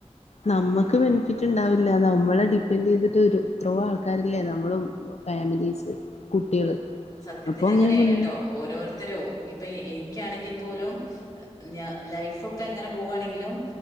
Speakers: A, on the left (about 75°); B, on the left (about 35°).
A: നമ്മക്ക് ബെനിഫിറ്റ് ഇണ്ടാവില്ല നമ്മളെ ഡിപ്പെൻഡെയ്തിട്ട് ഒരു എത്രയോ ആൾക്കാരില്ലേ നമ്മളും ഫാമിലീസ് കുട്ടികള്
B: സത്യത്തിലങ്ങനേണ്
A: അപ്പൊ അങ്ങനെ മുൻ
B: ട്ടോ ഓരോരുത്തരും ഇപ്പൊ ഈ ഇന്ക്കാണെങ്കില് പോലും ഞാ ലൈഫൊക്കെ എങ്ങനെ പോവാണെങ്കിലും